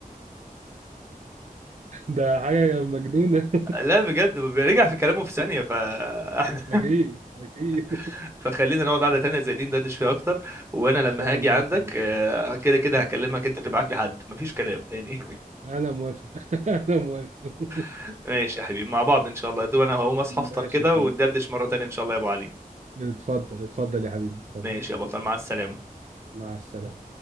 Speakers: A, on the right; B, on the right.
A: ده حاجة مجنونة
B: لا بجد بيرجع في كلامه في ثانية فاحنا
A: <laughs> أكيد أكيد
B: <laughs> فخلينا نقعد قعدة تانية زي دي ندردش فيها أكتر وأنا
A: إن
B: لما
A: شاء
B: هاجي
A: الله
B: عندك
A: يا صديقي
B: آه، كده كده هكلمك أنت تبعت لي حد مفيش كلام تاني
A: أنا موافق <laughs> أنا موافق
B: <laughs> ماشي يا حبيبي مع بعض إن شاء الله يا دوب أنا هقوم أصحى
A: ماشي
B: أفطر كده
A: يا صديقي
B: وندردش مرة تانية إن شاء الله يا أبو علي
A: اتفضل اتفضل يا حبيبي اتفضل
B: ماشي يا بطل مع السلامة
A: مع السلامة